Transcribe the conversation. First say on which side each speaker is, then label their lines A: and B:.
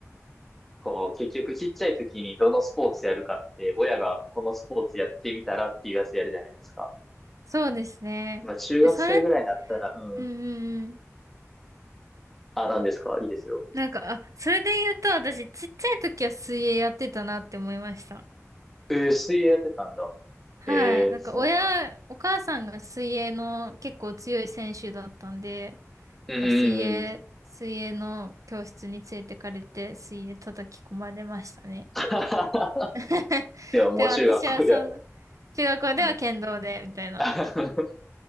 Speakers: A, in the centre; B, on the right (about 85°).
A: こう、結局ちっちゃい時にどのスポーツやるかって、親がこのスポーツやってみたらっていうやつやるじゃないですか。
B: そうですね。
A: まあ中学生ぐらいになったら、
B: で、それ、
A: うん、
B: うんうんうん。
A: あ、なんですかいいですよ。
B: なんか、あ、それで言うと、私、ちっちゃい時は水泳やってたなって思いました。
A: えー、水泳やってたんだ。
B: はい。
A: へえ、
B: なんか、
A: そうなん。
B: 親、お母さんが水泳の結構強い選手だったんで、
A: うんうんうん。
B: なんか水泳、水泳の教室に連れてかれて、水泳叩き込まれましたね。
A: <laughs>
B: <laughs>
A: ではもう中学校では。
B: でも私はそんな、中学校では剣道で、
A: うん。
B: みたいな。
A: <laughs>